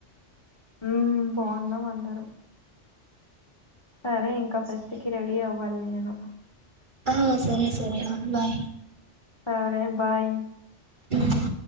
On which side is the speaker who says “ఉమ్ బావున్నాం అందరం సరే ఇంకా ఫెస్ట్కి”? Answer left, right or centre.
Left